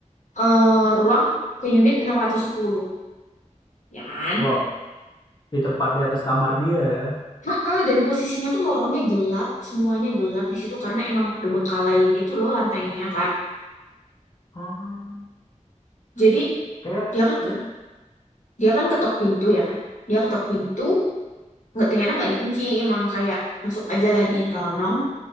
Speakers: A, on the left; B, on the left.
A: eh, ruang ke unit 610. ya kan?
B: Wow, di tempat di atas kamar dia ya.
A: Heeh, dan posisinya tuh lorongnya gelap, semuanya gelap di situ karena emang terbengkalai gitu loh lantainya, Kak.
B: Ah,
A: Jadi
B: kayak
A: dia kan
B: ya.
A: dia kan ketok pintu ya kan. Dia ketok pintu, nggak ternyata nggak dikunci, emang kayak masuk aja lah dia nyelonong.